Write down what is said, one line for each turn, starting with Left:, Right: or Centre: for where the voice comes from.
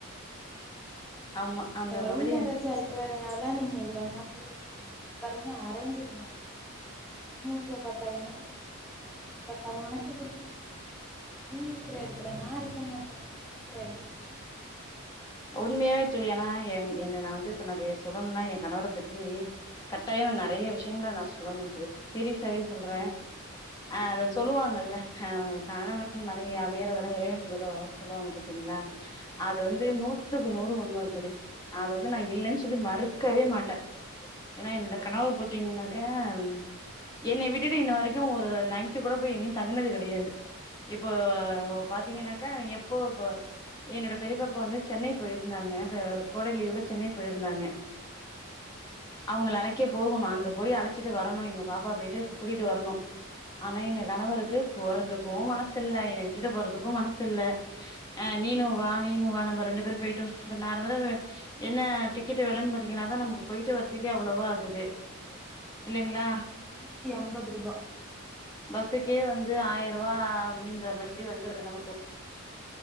Left: ஆமா
Centre: ஓ நீங்க
Left: அந்த
Centre: லவ்
Left: மாதிரி
Centre: மேரேஜா இருக்கறனால தா நீங்க இவ்ளவு ஹாப்பியா இருக்கீங்க என்ன பாருங்க அரஞ் மேரேஜ் உ முஞ்ச பாத்தா எனக்கு பிடிக்கல எ முஞ்ச பத்தா உனக்கு பிடிக்கல நீ இருக்கிற இடத்துல நா இருக்க மாட்டே நா இருக்கிற இடத்துல நீ இருக்க மாட்ட
Left: உண்மையாவே தோழி ஏன்னா என் நா வந்து இப்ப ந சொல்லணும்னா எங் கணவர பத்தி கட்டாய நறைய விஷயங்கள நா சொல்லணு தோழி சீரிஸா தரி சொல்றே
Centre: ம் ம்
Left: அஹ்
Centre: ம்
Left: அத
Centre: ம்
Left: சொல்லுவாங்கல்ல ஆஹ் காணவன் மனைவி அமையறதெல்லா இறைவன் குடுத்த வரம் ன் சொல்வாங்க பாத்தீங்களா
Centre: ம்
Left: அது
Centre: ம்
Left: வந்து நுத்துக்கு
Centre: ஆமாங்க
Left: நூறு உண்ம தோழி அது அத நா இல்லைன்னு
Centre: ம்
Left: சொல்லி
Centre: ம்
Left: மறுக்கவே
Centre: ம்
Left: மாட்டே ஏன்னா என்த
Centre: ம் ம்
Left: கணவர்
Centre: ம்
Left: பாத்தீங்கன்னாக்க ம்
Centre: ம் ம் ம்
Left: என்ன விட்டுட்டு இன்ன வரைக்கு ஒரு நைட்டு கூட போய் எங்கயு தங்கனது கிடையாது இப்போ பாத்தீங்கன்னாக்கா எப் போ போ என்னோட ப பெரியப்பாப்ப வந்து சென்னை போயிருந்தாங்க இப்ப கோடைலீவுல சென்னை போயிருந்தாங்க அவங்கள அழைக்க போகணு அங்க போய் அழைச்சிட்டு வரணு எங்க பாப்பா போயிட்டு கூட்டிட்டு வரணு ஆனா எங்க கணவருக்கு போறதுக்கு மனசு இல்ல என்ன விட்டுட்டு போறதுக்கு மனசு இல்ல ஆஹ் நீனு
Centre: ம்
Left: னு வா நீனு வா நம்ம ரெண்டு பேரு போயிட்டு வந் இப்ப நார்மலா என்ன டிக்கெட் வெலைன்னு பாத்தீங்கன்னாதா நமக்கு போயிட்டு வரறதுக்கே அவ்வளவா ஆகுது இல்லைங்களா
Centre: ஆமா முன்னூத்தி ஐம்பது ரூபா
Left: பஸ்ஸுக்கே வந்து ஆயர் ருவா அப்படின்ற மாரி வந்துருது நமக்கு